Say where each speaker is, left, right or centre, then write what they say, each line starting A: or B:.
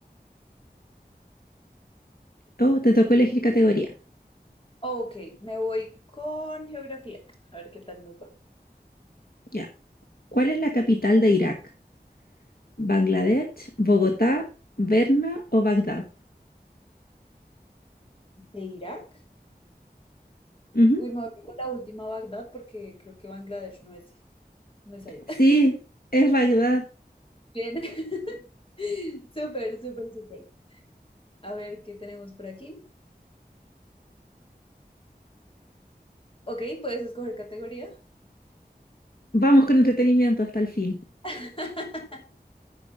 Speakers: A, on the left; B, on the left.
A: Oh, te tocó elegir categoría.
B: Ok, me voy con geografía. A ver qué tal nos va.
A: Ya. ¿Cuál es la capital de Irak? ¿Bangladesh,
B: Mm,
A: Bogotá, Berna o Bagdad?
B: ¿De Irak?
A: Ujú.
B: Uy, me voy con la última Bagdad porque creo que Bangladesh no es, no es ahí.
A: Sí,
B: <laughs>
A: es Bagdad.
B: Bien. <laughs> Súper, súper, súper. A ver qué tenemos por aquí. Ok, puedes escoger categoría.
A: Vamos con entretenimiento hasta el fin.
B: <laughs>